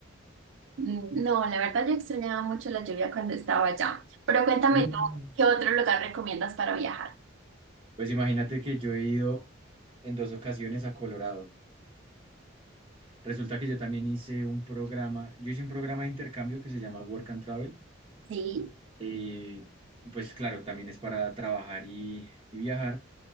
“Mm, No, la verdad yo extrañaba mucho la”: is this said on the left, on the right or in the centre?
Right